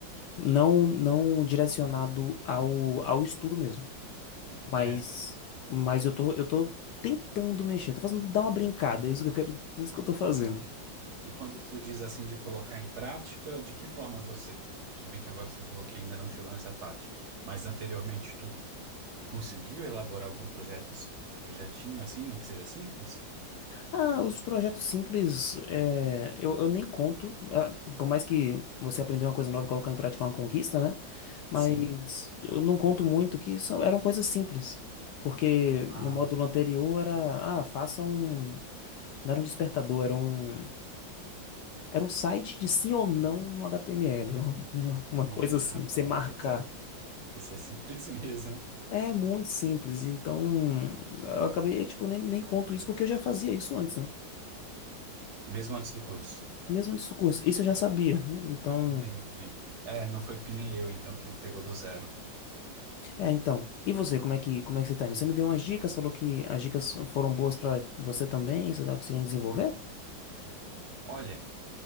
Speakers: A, on the left; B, on the right.
A: Não, não direcionado ao, ao estudo mesmo,
B: Ent-
A: mas,
B: É.
A: mas eu tô, eu tô tentando mexer, tô fazendo, dar uma brincada, é isso que eu quero, é isso que eu tô fazendo.
B: Ok. E quando tu diz assim de colocar em prática, de que formas você. Tudo bem que agora você falou que ainda não chegou nessa parte, mas anteriormente tu conseguiu elaborar algum projeto, projetinho assim, nem que seja simples?
A: Ah, os projetos simples, é, eu, eu nem conto, ah, por mais que você aprender uma coisa nova e colocar em prática é uma conquista, né? Mas
B: Sim.
A: eu não conto muito que são, eram coisas simples, porque
B: Ah,
A: no módulo anterior era, ah, faça um, não era um despertador, era um, era um site de sim ou não no HTML, <laughs> uma, uma uma
B: e,
A: coisa
B: rapaz,
A: assim, pra você marcar.
B: esse é, esse é simples <laughs> mesmo.
A: É muito simples, então eu acabei, tipo, nem, nem conto isso porque eu já fazia isso antes, né?
B: Mesmo antes do curso.
A: Mesmo antes do curso, isso eu já sabia, né? então...
B: Entendi. É, não foi que nem eu, então, que pegou do zero.
A: É, então. E você, como é que, como é que você tá indo? Você me deu umas dicas, falou que as dicas foram boas pra você também, você tá conseguindo desenvolver?
B: Olha,